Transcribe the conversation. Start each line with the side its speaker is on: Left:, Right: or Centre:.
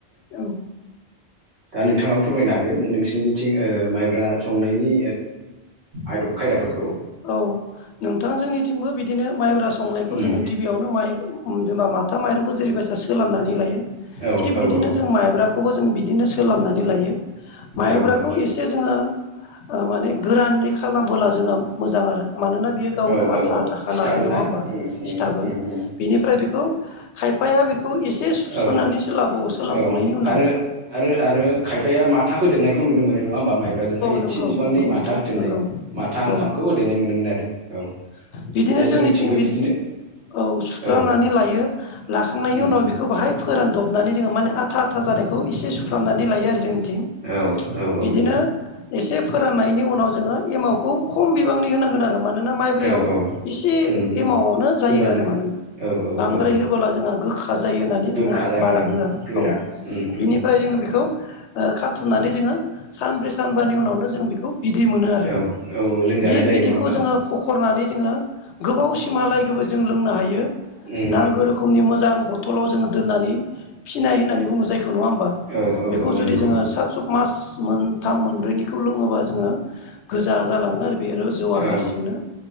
Left: औ
Right: नोंथाङाबो फोरमायनो हागोन! ओ नोंसिोरनिथिं माइब्रा संनायनि आदब खायदाफोरखौ!
Left: औ नोंथां जोंनिथिंबो बिदिनो, माइब्रा संनायखौ
Right: उम
Left: जोङो, गिबियावनो! माइ जेनेबा माथा माइरंखौ जेरैबायसा सोलाबनानै लायो
Right: औ
Left: थिग
Right: औ
Left: बिदिनो
Right: औ
Left: जों माइब्राखौबो जों बिदिनो सोलाबनानै लायो माइब्राखौ
Right: औ औ
Left: एसे, जोंङो माने गोरानै, खालामबोला जोंङो मोजां आरो, मानोना बियो, गावनो
Right: औ औ
Left: आथा,
Right: औ
Left: आथाखा,
Right: सिथाबो
Left: नालाय नङा,
Right: ना
Left: होमबा
Right: उम उम
Left: सिथाबो,
Right: उम उम
Left: बेनिफ्राय बेखौ, ! खायफाया बेखौ एसे, सुस्रनानैसो
Right: औ
Left: लाबावो सोलोंखांनायनि
Right: औ
Left: उनाव,
Right: आरो
Left: !
Right: आरो आरो खायफाया माथा, होदेरनायखौ नुनो, मोन नङा, ओमबा! माइब्रा जोंहाय एसे
Left: नंगौ
Right: बिबांनि
Left: नंगौ
Right: माथा
Left: नोंथां
Right: होथेरनाय
Left: नंगौ
Right: माथा ओंखामखौ
Left: औ
Right: होदेरनाय नुनो मोन आरो औ, !
Left: बिदिनो
Right: बे
Left: जोंनिथिं
Right: जोंनिथिंबो बिदिनो!
Left: औ सुफ्रामनानै
Right: औ
Left: लायो लाख सुखांनायनि
Right: उम
Left: उना,
Right: उम
Left: व बेखौ बाहाय, फोरानदबनानै जोङो माने आथा, आथा, जानाय! खौ, एसे सुफ्रामनानै लायो, आरो जोंनिथिं,
Right: औ औ औ
Left: बिदिनो!
Right: नंगौ
Left: एसे, फोराननायनि उनाव, जोंङो एमावखौ खम, बिबांनि होनांगोन, आरो मानोना! मा, माइब्रैयाव
Right: औ औ
Left: इसे,
Right: उम उम
Left: एमाव आवनो जायो,
Right: होबानो
Left: आरो मानोना!
Right: औ औ
Left: बांद्राय
Right: औ
Left: होबोला जोंहा गोखा जायो होननानै
Right: गोखा
Left: जोंहा
Right: जागोन
Left: बारा
Right: औ
Left: होआ
Right: गोरा
Left: औ
Right: उम उम
Left: बिनिफ्राय जों बेखौ ओ, खाथुमनानै, जोंङो, सानब्रै, सो, ! सानबानि उनावनो जों बेखौ बिदै मोनो आरो
Right: औ औ लोंजानाय
Left: बे
Right: जायो
Left: बिदैखौ
Right: नङा होमबा
Left: जोंङो फखनानै जोङो, गोबाव सिमालायगबो जों, लोंनो हायो, !
Right: ए
Left: नांगौ, रोखोमनि मोजां बथलाव जोङो दोननानै फिनाय होननानै बुंङो, जायखौ नंङा, होमबा
Right: औ औ
Left: बेखौ
Right: औ
Left: जुदि
Right: नंगौ
Left: जोंङो, सा, सब, मास, ! मोनथाम मोनब्रैनिखौ लोङोबा जोंङो गोजा जालांङो आरो बेरो, जौआा,
Right: औ
Left: हारसिंनो!